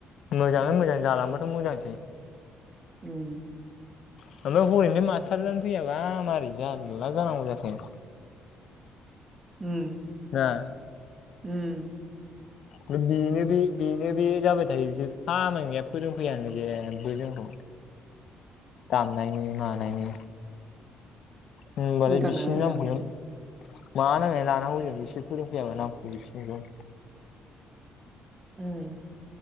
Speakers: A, on the left; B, on the right.
A: मोजाङै मोजां जालांबाथ' मोजांसै।
B: उम।
A: <unintelligible> मास्टारानो फैयाबा मारै जारला जानांगौ जाखो।
B: उम।
A: हा।
B: उम।
A: बेनो बे बेनो बे जाबाय थायो बिसोर खामानि गैया फोरोंफैयानो जेबो जोंखौ। दामनायनि मानायनि होनबालाय
B: गोदानानो
A: बिसिनि नामखौलाय
B: दां
A: मा नांनायनि लानांगौ जों बिसोर फोरोंफैयाबा नामखौ बिसिनिखौ
B: उम।